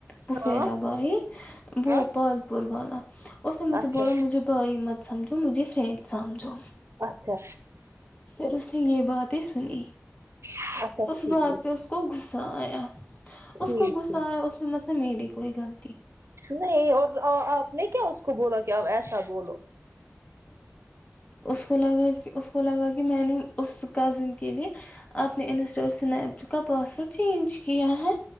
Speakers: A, on the left; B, on the right.
A: پفےرا
B: ہاں
A: بای وہ
B: ہاں
A: پال پور والا <inaudible> اس نے مجھے
B: اچھا
A: بولا مجھے بھائی مت سمجھو مجھے فرینڈ سمجھو
B: اچھا
A: پھر اس یہ باتیں سنی
B: اچھا
A: اس
B: ٹھیک
A: بات پہ اس کو غصہ <inaudible>
B: ٹھیک
A: اس کو غصہ
B: ٹھیک
A: ہے اس میں میری کوئی گل
B: نہیں اور اپ نے کیا اس کو بولو کیا ایسا بولو
A: اس کو لگا اس کو لگا کہ میں نے اس کا زندگی اپ نے انسٹور سنا ہے تو کا پاسورڈ چینج کیا ہے